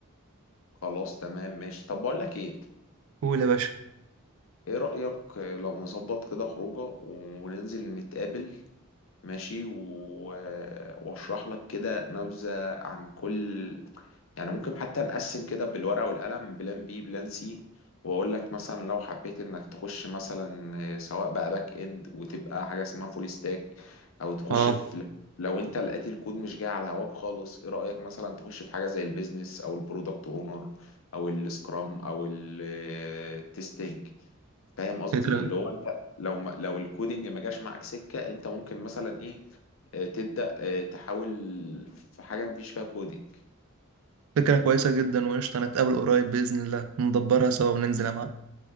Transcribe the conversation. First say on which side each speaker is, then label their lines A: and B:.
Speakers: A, on the left (about 65°); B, on the right (about 75°).
A: خلاص تمام ماشي طب بقول لك ايه
B: قول يا باشا
A: ايه رأيك لو نظبط كده خروجه وننزل نتقابل ماشي و... واشرح لك كده نبذة عن كل يعني ممكن حتى نقسم كده بالورقة والقلم بلان بي بلان سي واقول لك مثلا لو حبيت انك تخش مثلا آه، سواء بقى باك اند وتبقى حاجة اسمها فول ستاك او تخش
B: اه
A: في لو انت لقيت الكود مش جاي على هواك خالص ايه رأيك مثلا تخش في حاجة زي البيزنس او البرودكت اونر او السكرام او التستنج فاهم قصدي
B: فكرة
A: اللي هو انت لو ما لو الكودينج ما جاش معاك سكة انت ممكن مثلا ايه آه، تبدأ آه، تحاول في حاجة مفيش فيها كودينج
B: فكرة كويسة جدا وقشطة نتقابل قريب بإذن الله ندبرها سوا وننزل يا معلم